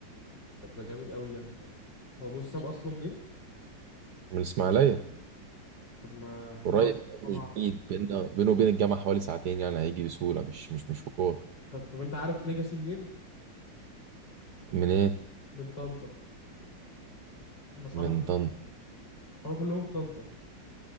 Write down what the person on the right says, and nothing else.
من الإسماعيلية
قريب
مش
بعيد بيننا بينه وبين الجامعة حوالي ساعتين يعني هيجي بسهولة مش مش مشوار
من إيه؟
من
طنطا